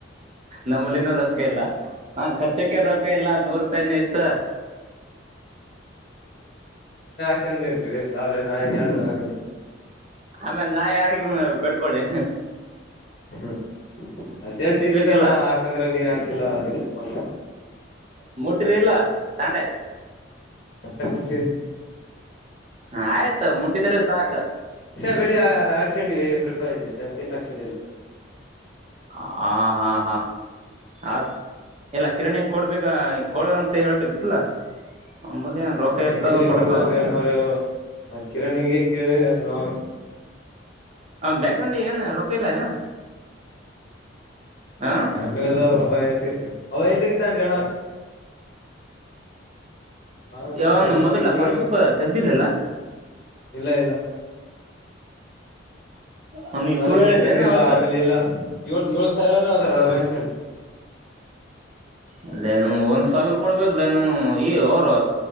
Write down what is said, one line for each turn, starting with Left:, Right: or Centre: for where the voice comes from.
Right: ನಮ್ಮಲ್ಲಿನೂ ರೊಕ್ಕ ಎಲ್ಲ ಹಾ ಖರ್ಚಕ್ಕೆರೋಕ ಲ್ಲ ನೂರು ರೂಪಾಯನ ಇತ್ತು
Left: ಹಾಕನ್ ರೀ ಸಾಬ್ರ ನನ್ ಹಾಕ
Right: ಆಮೇಲೆ ನಾ ಯಾರಿಗ ಬೆಡ ಕೊಳ್ಳಿ
Left: ಹ್ಮ ಅರ್ಜೆಂಟ್
Right: ಸಿಗ್ಬೇಕಿಲ್ಲ
Left: ಇತ್ತಣ ಹಾಕಂದ್ರೆ ನೀನ್ ಹಾಕಿಲ್ಲ ಇರ್ಲಿಪಾ
Right: <inaudible> <unintelligible>
Left: ಅ ಮುಟಿ
Right: ಹ ಆಯ್ತು ಮುಟ್ಟಿದ್ರೆ ಸಾಕ
Left: ಬಡಿ ಹಾಕಿಸ್ಕೊಂಡಿವಿ ಐವತ್ತು ರೂಪಾಯಿ ಜಾಸ್ತಿನು ಹಾಕಿಸಿಕೊಂಡಿಲ್ಲ
Right: ಹ ಹಾ ಹಾ ಆಸ ಎಲ್ಲ ಕಿರಣಿ ಕೊಡ್ಬೇಕ ಕೊಡ ಅಂತ ಹೇಳ್ಬೇಕಿತ್ತಲ್ಲ ಅಂಬಲ್ಲಿ ಏನ್ ರೊಕ್ಕ
Left: ಕಿರಣಿಲಿ
Right: ಇರ್ತಾವ ಕೊಡಲ್ಲವ
Left: ಕೊಡ್ತನ್ ರೇಣ ಅವರು ಆ ಕಿರಣಿಗೆ ಕಿರಣಿ ನಾ
Right: ಹ ಬ್ಯಾಗ್ನಲ್ಲಿ ಏನ ರೊಕ್ಕ ಇಲ್ಲ ಏನ ಹಾ
Left: <unintelligible> ತಗಿತ್ತಾನ್ಣ ಅಣ್ಣ
Right: ಯನು ಮೊದಲ
Left: ಜೀಪ್ ಸುಳೆ
Right: ಸ್ಕಾಲರ್ಶಿಪ್ ತೆಗ್ದಿಲ್ಲಲ್ಲ
Left: ಇಲ್ಲ ಇಲ್ಲ
Right: ಹಾ ನೀ
Left: ಸ್ಕಾಲರ್ಶಿಪ್
Right: ಸುಳ್ಳು ಹೇಳಿದ್ದೇನ
Left: ತೆಗ್ದಿಲ್ಲ
Right: ಅವತ್ತ
Left: ಆಮೇಲೆ ಎಲ್ಲಾ ಏಳ್ ಏಳು ಸಾವಿರ ಅದಾವ ಬ್ಯಾಂಕ್ನಲ್ಲಿ
Right: ಅಲ್ಲನನ್ ಒಂದ್ ಸಾವಿರ ಕೊಡ್ಬೇಕಲ್ಲನಾನ ಈ ಅವ್ರ